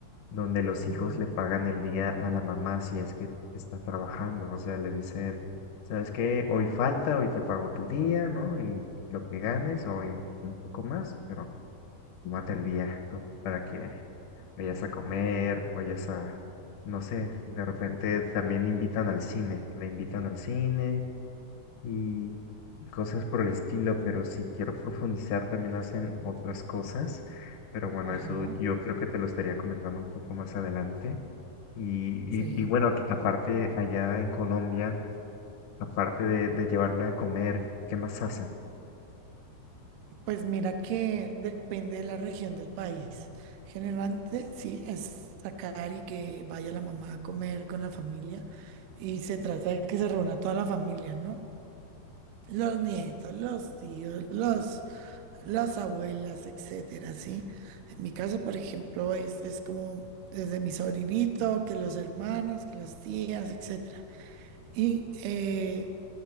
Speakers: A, on the left (about 65°); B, on the right (about 80°).
A: donde los
B: ujú.
A: hijos le pagan el día a la mamá si es que está trabajando, o sea, le dicen, ¿sabes qué? Hoy falta, hoy te pago tu día, ¿no? Y lo que ganes o un un poco más, pero más del día, ¿no? Para que vayas a comer, vayas a, no sé, de repente también invitan al cine, la invitan al cine y cosas por el estilo, pero si quiero profundizar también hacen otras cosas, pero bueno,
B: Ajá.
A: eso yo creo que te lo estaría comentando un poco más adelante. Y,
B: Sí,
A: y, y bueno, que aparte allá en Colombia, aparte de, de llevarla a comer, ¿qué más hacen?
B: pues mira que depende de la región del país. Generalmente sí es sacar y que vaya la mamá a comer con la familia y se trata de que se reúna toda la familia, ¿no? Los nietos, los tíos, los, las abuelas, etcétera, ¿sí? En mi caso, por ejemplo, es, es como desde mi sobrinito, que los hermanos, que las tías, etcétera. Y eh,